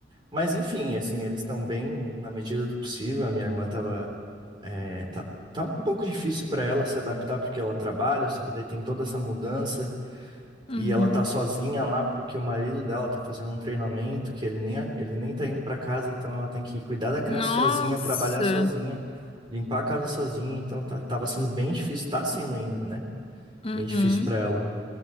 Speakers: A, on the right; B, on the left.
A: Mas enfim, assim, eles estão bem na medida do possível. A minha irmã tava, é, tá, tá um pouco difícil para ela se adaptar porque ela trabalha, só que daí tem toda essa mudança
B: Uhum.
A: e ela tá sozinha lá porque o marido dela tá fazendo um treinamento que ele nem, ele nem tá indo para casa, então ela tem que cuidar da criança
B: Nossa.
A: sozinha, trabalhar sozinha, limpar a casa sozinha, então tá, tava sendo bem difícil, tá sendo ainda, né?
B: Uhum.
A: Bem difícil para ela.